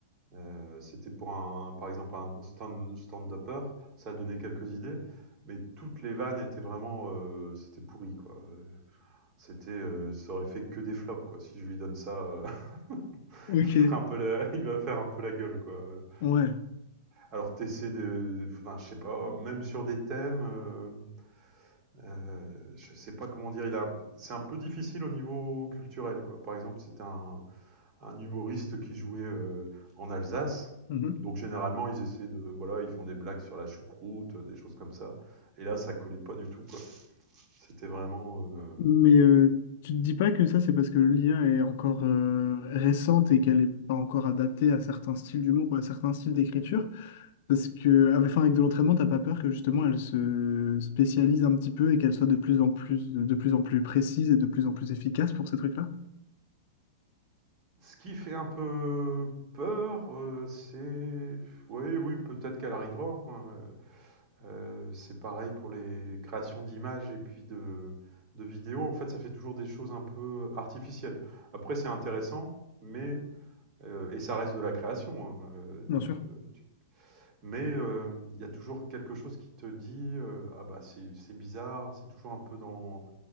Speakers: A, on the right; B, on the left.
A: Heu, c'était pour un par exemple un stand stand-upper, ça a donné quelques idées, mais toutes les vannes étaient vraiment, heu, c'était pourri quoi, heu, c'était, heu, ça aurait fait que des flops quoi. Si je lui donne ça, heu, <laughs>
B: Ok,
A: il fera un peu la <laughs> il va faire un peu la gueule quoi, heu
B: ouais.
A: alors tu de enfin je sais pas, même sur des thèmes, hem, heu, je sais pas comment dire, il a c'est un peu difficile au niveau culturel quoi. Par exemple, c'était un un humoriste qui jouait euh, en Alsace.
B: Mhm.
A: Donc généralement, ils essaient de voilà, ils font des blagues sur la choucroute, euh, des choses comme ça. Et là, ça collait pas du tout quoi. C'était vraiment euh,
B: Mais euh, tu te dis pas que ça, c'est parce que l'IA est encore euh, récente et qu'elle n'est pas encore adaptée à certains styles d'humour ou à certains styles d'écriture? Parce que, avec, enfin, avec de l'entraînement, t'as pas peur que justement elle se spécialise un petit peu et qu'elle soit de plus en plus, de plus en plus précise et de plus en plus efficace pour ces trucs-là?
A: ce qui fait un peu peur, euh, c'est oui, oui, peut-être qu'elle arrivera. hein, euh, euh, c'est pareil pour les créations d'images et puis de de vidéos. En fait, ça fait toujours des choses un peu artificielles. Après, c'est intéressant, mais euh, et ça reste de la création. hein, euh, donc,
B: Bien sûr.
A: euh, tu Mais heu, il y a toujours quelque chose qui te dit, heu: «Ah bah, c'est c'est bizarre», c'est toujours un peu dans